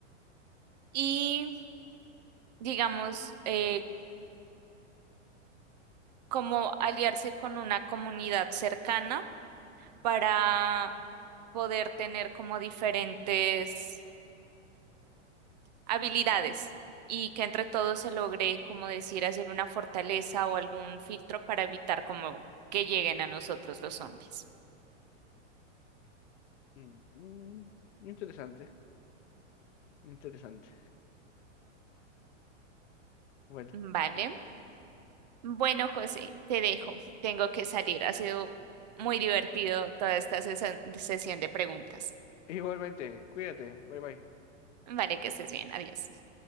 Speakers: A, on the right; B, on the left.
A: Y digamos, eh, como aliarse con una comunidad cercana para poder tener como diferentes habilidades y que entre todos se logre, como decir, hacer una fortaleza o algún filtro para evitar como que lleguen a nosotros los zombies.
B: Mm, mm, interesante, interesante. Bueno,
A: Vale. Bueno, José, te dejo. Tengo que salir. Ha sido muy divertido toda esta sesa- sesión de preguntas.
B: igualmente, cuídate, bye bye.
A: Vale, que estés bien. Adiós.